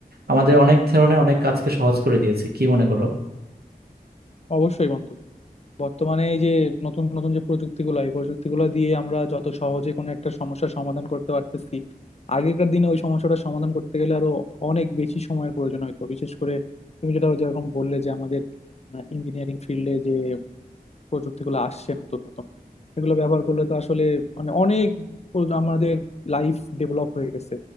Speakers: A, on the right; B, on the left.
A: আমাদের অনেক ধরনের অনেক কাজকে সহজ করে দিয়েছে কি মনে করো
B: অবশ্যই বন্ধু বর্তমানে এই যে নতুন নতুন যে প্রযুক্তিগুলো এই প্রযুক্তিগুলো দিয়ে আমরা যত সহজে কোনো একটা সমস্যার সমাধান করতে পারতেছি আগেকার দিনে ওই সমস্যাটা সমাধান করতে গেলে আরো অনেক বেশি সময়ের প্রয়োজন হতো বিশেষ করে তুমি যেটা যেরকম বললে যে আমাদের ইঞ্জিনিয়ারিং ফিল্ডে যে প্রযুক্তিগুলো আসছে নতুন নতুন সেগুলো ব্যবহার করলে তো আসলে মানে অনেক প্র- আমাদের লাইফ ডেভেলপ হয়ে গেছে